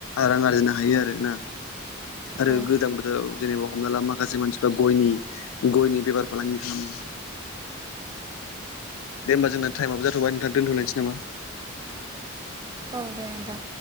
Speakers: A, on the left (about 75°); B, on the right (about 20°).
A: रां आरजिनो हायो आरोना आरो
B: औ
A: गोजां बोथोराव जेनेबा हमना ला माखासे मानसिफ्रा गयनि गयनि बेफार फालांगि खालामो दे होमबा जोंना टाइमआबो जाथ'बाय नोंथां दोनथ'लायनोसै नामा?
B: औ दे नोंथां